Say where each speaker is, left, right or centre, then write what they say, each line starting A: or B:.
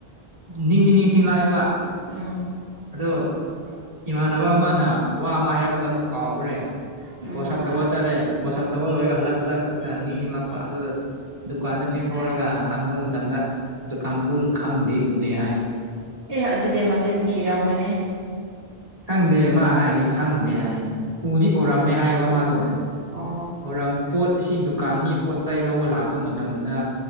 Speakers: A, on the right (about 35°); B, on the right (about 65°).
A: ꯅꯤꯡꯗꯤ ꯅꯤꯡꯁꯤꯡ ꯂꯥꯛꯑꯦꯕ
B: ꯎꯝ
A: ꯑꯗꯣ ꯏꯃꯥꯟꯅꯕ ꯑꯃꯅ ꯋꯥ ꯑꯃ ꯍꯥꯏꯔꯛꯄꯗ ꯑꯃꯨꯛ ꯀꯥꯎꯈ꯭ꯔꯦ?
B: ꯎꯝ
A: ꯋꯥꯁꯞ ꯇꯧꯕꯥ ꯆꯠꯂꯦ ꯋꯥꯁꯞ ꯇꯧꯕꯥꯂꯣꯏꯔꯒ ꯍꯜꯂꯛꯄꯈꯛꯇ ꯅꯤꯡꯁꯤꯡꯂꯛꯄ ꯑꯗꯨꯗ ꯗꯨꯀꯥꯟꯗ ꯆꯦꯡꯊꯣꯛꯑꯒ ꯍꯪꯕ ꯃꯇꯝꯗ ꯑꯗꯣ ꯀꯥꯡꯄꯨꯁꯨ ꯈꯪꯗꯦ ꯎꯗꯦ ꯍꯥꯏ
B: ꯑꯦ ꯑꯗꯨꯗꯤ ꯃꯆꯤꯟ ꯊꯤꯔꯝꯃꯅꯤ
A: ꯈꯪꯗꯦ ꯃꯥ ꯍꯥꯏꯁꯦ ꯈꯪꯗꯦ ꯍꯥꯏꯌꯦ ꯎꯗꯤ ꯎꯔꯝꯃꯦ ꯍꯥꯏꯌꯦꯕ ꯃꯥꯗꯣ
B: ꯑꯣ
A: ꯑꯣꯔꯝ ꯄꯣꯠ ꯑꯁꯤ ꯗꯨꯀꯥꯟ ꯃꯤ ꯄꯣꯠ ꯆꯩ ꯂꯧꯕ ꯂꯥꯛꯄ ꯃꯇꯝꯗ